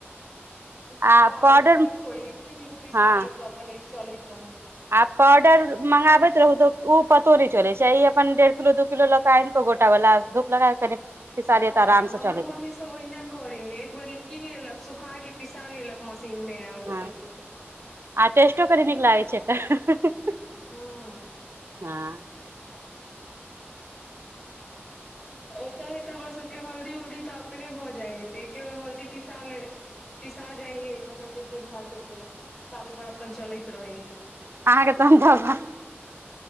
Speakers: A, in the centre; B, on the right.
A: हँ
B: आ पाउडर
A: उहें निको अय इ तीनु पीसा
B: हँ
A: लू तऽ अपन इ चलैत रहै हय।
B: आ पाउडर मंगाबैत रहु त उ पतो नहि चले छै, ई अपन डेढ़ किलो दु किलो ल क आनि क गोटा बला धूप लगा क कनि पिसा
A: हँ
B: लिय तऽ आराम से
A: हमरो
B: चलैत
A: मम्मी
B: रहत
A: स तब ओहिना करै हय एक बेर ल कीन लेलक, सूखा के पिसा लेलक मशीन में, आ ओ
B: हँ
A: अपन लैत रहल।
B: आ टेस्टो करि नीक लागे छै एकर।
A: हँऽ
B: हँ
A: अ एत हे त हमरा सबके हल्दी-उल्दी त अपने भऽ जाय हेय, त एके बेर हल्दी पिसा ले पिसा जाइ हें, मतलब जते भैल तेते, साल भर अपन चलैत रहै हें।
B: अहां के तहन तऽ भा